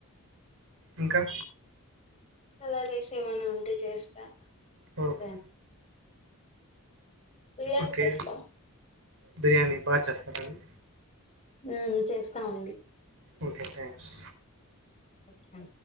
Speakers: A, on the right; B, on the left.
A: ఇంకా
B: చలా తీసి ఏమైనా ఉంటే చేస్తా అంతే
A: ఓహో
B: అ బిర్యానీ
A: ఓకే
B: చేస్తా
A: బిర్యానీ బాగా చేస్తారండి
B: ఉ చేస్తామండి
A: ఓకే థ్యాంక్స్
B: అచ్చా